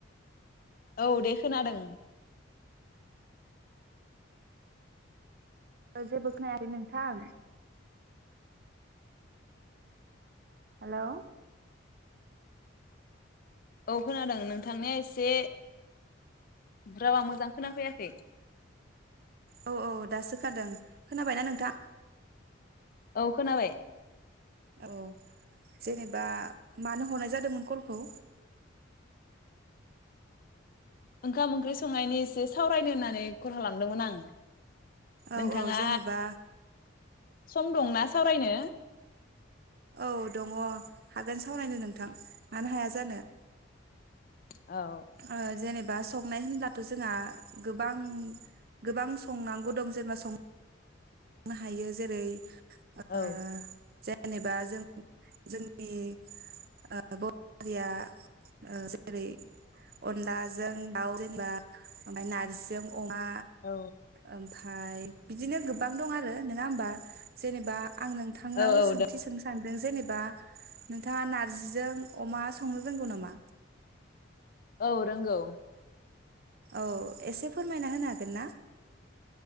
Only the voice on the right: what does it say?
जेबो खोनायाखै नोंथां हेलौ
औ औ दासो खोनादों खोनाबायना नोंथां?
औ जेनेबा मानो हरनाय जादोंमोन कलखौ?
औ
औ जेनेबा
औ दङ' हागोन सावरायनो नोंथां मानो हाया जानो‌।
ओ जेनेब बा संनाय होनब्लाथ' जोंहा गोबां गोबां संनांगौ दं जेनेबा सं नो हायो जेरै ओ
जे जेनेबा जों जोंनि ओ बर' हारिया ओ जेरै अनलाजों दाउ जेनेबा ओमफाय नारजिजों अमा
ओम फाय बिदिनो गोबां दं आरो नङा होमबा जेनेबा आं नोंथांनाव
सोंथि सोंनो सानदों जेनेबा बा नोंथाङा नारजिजों अमा संनो रोंगौ नामा?
औ एसे फोरमायना होनो हागोन ना?